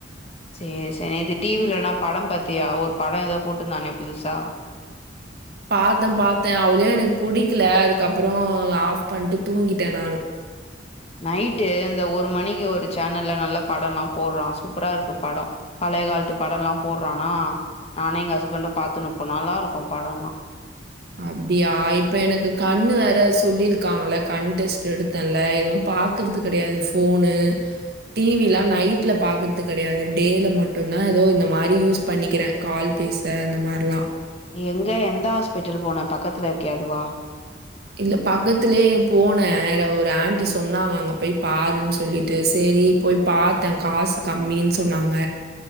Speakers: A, on the left (about 35°); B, on the right (about 60°).
A: சுரி சேரி நேத்து டிவிலலா படம் பாத்தியா ஒரு படே ஏதோ போட்டுருந்தானே புதுசா
B: பாத்தே பாத்தே அவளயு எனக்கு புடிக்கல அதுக்கப்புறோ ஆஃப் பண்ணிட்டு தூங்கிட்டே நானு
A: நைட்டு அந்த ஒரு மணிக்கு ஒரு சேனல்ல நல்ல படல்லா போடுறா சூப்பராருக்கு படோ பழைய காலத்து படோல்லா போடுறானா நானே எங்க ஹஸ்பண்டு பாத்துனுப்போ நல்லாருக்கும் படோலா
B: அப்டியா இப்ப எனக்கு கண்ணு வேற சொல்லிருக்காங்கள கண் டெஸ்ட் எடுத் தல்ல எதும் பாக்கறது கெடையாது ஃபோனு டிவிலா நைட்ல பாக்றது கடையாது டேல மட்டுதா ஏதோ இந்த மாரி யூஸ் பண்ணிக்கிறே கால் பேச அந்த மாரிலா
A: நீ எங்க எந்த ஆஸ்பிட்டல் போன பக்கத்துல இருக்கே அதுவா
B: இல்ல பக்கத்துலயே எ போனே ஒரு ஆன்டி சொன்னாங்க அங்க போய் பாருன்னு சொல்லிட்டு சேரி போய் பாத்தே காஸ் கம்மின்னு சொன்னாங்க